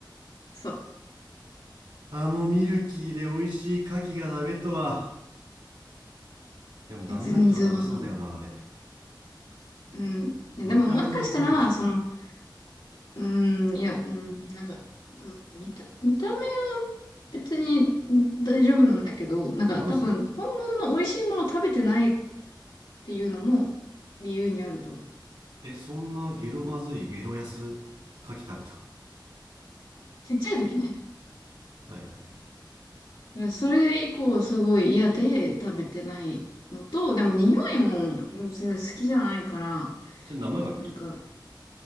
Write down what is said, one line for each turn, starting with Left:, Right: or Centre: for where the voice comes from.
Left: そう。
Right: あのミルキーで美味しい牡蠣がダメとは。でもダメな人はダメそうだよな、
Left: いや、全然わかんない。
Right: あれ。
Left: うん。でももしかしたら、
Right: 見た目も黒いし。
Left: その、うん、いや、うん、なんか、うん、見た、見た目は別にうん大丈夫なんだけど、なんか多分、
Right: マジ
Left: 本物の美味しいものを食べてないっていうのも理由にあると思う。
Right: え、そんなゲロまずいゲロ安牡
Left: うん
Right: 蠣食べた
Left: ちっちゃい時ね。
Right: のはいはいはい。
Left: だからそれ以降すごい嫌で食べてないのと、でも匂いも別に好きじゃないから、
Right: それ生牡蠣
Left: なんか、